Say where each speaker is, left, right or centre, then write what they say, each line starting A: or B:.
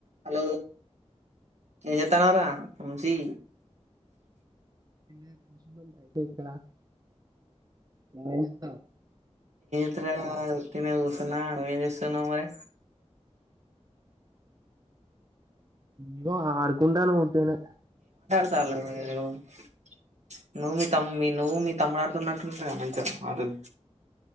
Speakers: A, on the right; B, on the right.
A: హలో ఏం చేస్తున్నావ్ రా బుజ్జి
B: <unintelligible> ఏ
A: ఇ ఉత్తగనే కూర్చున్న నువ్వేం చేస్తున్నావ్ మరి
B: ఇగో ఆడుకుంటున్నాం ఉత్తిగానే
A: <unintelligible> నువ్వు మీ తమ్ మీ నువ్వు మీ తమ్ముడు ఆడుతున్నట్టుంది కదా మంచిగా ఆటలు